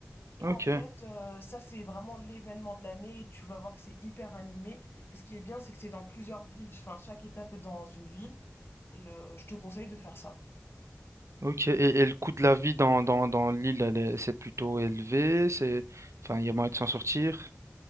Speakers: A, on the left; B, on the right.
A: Et
B: Ok,
A: en fait, euh, ça c'est vraiment l'événement de l'année. et Tu vas voir que c'est hyper animé. Et ce qui est bien, c'est que c'est dans plusieurs villes. Enfin, chaque étape est dans une ville. Et euh, je te conseille de faire ça.
B: ok. Et, et le coût de la vie dans, dans, dans l'île, elle est- c'est plutôt élevé, c'est, enfin, il y a moyen de s'en sortir,